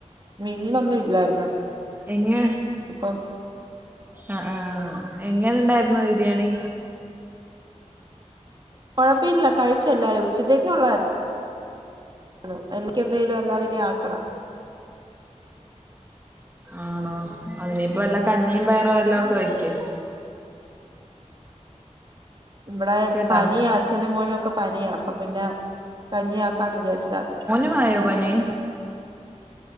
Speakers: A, on the right; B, on the right.
A: മീനൊന്നും ഇല്ലായിരുന്നു
B: എങ്ങെ
A: അപ്പം
B: ആ ആഹ് എങ്ങനെണ്ടായിരുന്നു ബിരിയാണി
A: കുഴപ്പില്ല കഴിച്ചല്ലാരും ഉച്ചത്തേക്ക് ഉള്ളാരുന്നു എനക്ക് എന്തേലും അല്ലാതിനെ ആക്കണം
B: ആണോ അതിനിപ്പോ എല്ലാം കഞ്ഞിയും പയറ എല്ലാം ഒക്കെ വയ്ക്ക്
A: ഇവിടെ
B: കേട്ടോ
A: പനിയാ അച്ഛന്റെ മോനും ഒക്കെ പനിയാ അപ്പൊ പിന്നെ കഞ്ഞി ആക്കാന്ന് വിചാരിച്ചു രാത്രി
B: <unintelligible> ആയോ പനി